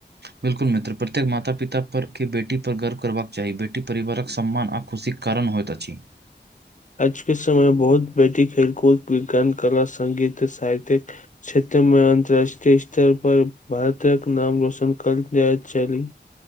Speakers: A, on the right; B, on the left.
A: बिल्कुल मित्र प्रत्येक माता पिता पर के बेटी पर गर्व करबाक चाही बेटी परिवारक सम्मान आ खुशी। कारण होइत अछि।
B: आजके समय मे बहुत बेटी खेलकूद विज्ञान कला संगीत साहित्यिक। क्षेत्र मे अन्तर्राष्ट्रीय स्तर पर भारतक नाम रोशन कर जाय छली